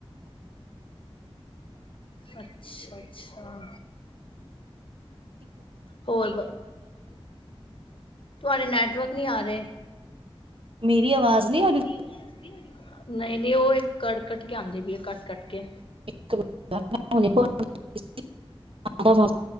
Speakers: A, on the left; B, on the right.
A: ਅੱਛਾ, ਅੱਛਾ ਹੋਰ ਤੁਹਾਡੇ ਨੈਟਵਰਕ ਨੀ ਆ ਰਹੇ?
B: ਮੇਰੀ ਆਵਾਜ਼ ਨਹੀਂ ਆ
A: ਮੇਰੀ
B: ਰਹੀ
A: ਆਵਾਜ਼ ਨਹੀਂ ਨਹੀਂ ਉਹ ਇੱਕ ਕ ਕੱਟ ਕੇ ਆਉਂਦੀ ਵੀ ਹੈ ਕੱਟ ਕੱਟ ਕੇ
B: <unintelligible>